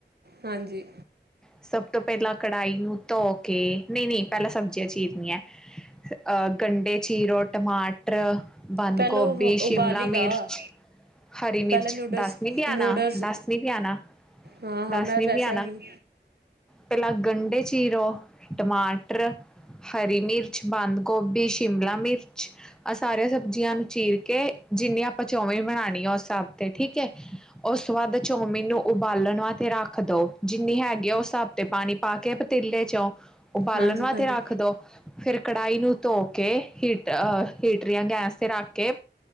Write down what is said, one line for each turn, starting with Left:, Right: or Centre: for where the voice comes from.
Right: ਹਾਂਜੀ
Centre: ਸਭ ਤੋਂ ਪਹਿਲਾਂ ਕੜਾਹੀ ਨੂੰ ਧੋ ਕੇ, ਨਈ-ਨਈ ਪਹਿਲਾਂ ਸਬਜ਼ੀਆਂ ਚੀਰਨੀਆਂ ਐ। ਅਹ ਗੰਡੇ ਚੀਰੋ ਟਮਾਟ -ਟਰ, ਬੰਦ
Right: ਪਹਿਲਾਂ
Centre: ਗੋਭੀ,
Right: ਉਬ
Centre: ਸ਼ਿਮਲਾ
Right: ਉਬਾਲੀ ਗਾ
Centre: ਮਿਰਚ ਹਰੀ ਮਿਰਚ
Right: ਪਹਿਲਾਂ ਨਿਊਡਲਸ
Centre: ਦਸ ਨਹੀਂ ਪਿਆਣਾ
Right: ਨੂਡਲਸ
Centre: ਦਸ ਨਹੀ ਪਿਆਣਾ।
Right: ਹਾਂ ਹਾਂ
Centre: ਦਸ
Right: ਮੈਂ
Centre: ਨੀ
Right: ਵੈਸਿਆ
Centre: ਪਿਆਣਾ
Right: ਵੀ
Centre: ਪਹਿਲਾਂ ਗੰਢੇ ਚੀਰੋ ਟਮਾਟਰ ਹਰੀ ਮਿਰਚ, ਬੰਦ-ਗੋਭੀ, ਸ਼ਿਮਲਾ ਮਿਰਚ ਆਹ ਸਾਰੀਆਂ ਸਬਜ਼ੀਆਂ ਨੂੰ ਚੀਰ ਕੇ, ਜਿੰਨੀੇ ਆਪਾਂ ਚਾਉਮੀਨ ਬਣਾਉਣੀ ਆ, ਉਸ ਹੈਸਾਬ ਤੇ ਠੀਕ ਏ। ਉਸ ਤੋਂ ਬਾਅਦ ਚੋਮੀਨ ਨੂੰ ਉਬਾਲਣ ਵਾਸਤੇ ਰੱਖ ਦੋ। ਜਿੰਨੀ ਹੈਗੀ ਆ, ਉਸ ਹੈਸਾਬ ਤੇ ਪਾਣੀ ਪਾ ਕੇ ਪਤੀਲੇ ਚੋਂ ਉਬਾਲਣ
Right: ਹਾਂਜੀ
Centre: ਵਾਥੇ
Right: ਹਾਂਜੀ
Centre: ਰੱਖ ਦੋ। ਫਿਰ ਕੜਾਹੀ ਨੂੰ ਧੋ ਕੇ, ਹੀਟ ਅਹ ਹੀਟਰ ਯਾ ਗੈਸ ਤੇ ਰੱਖ ਕੇ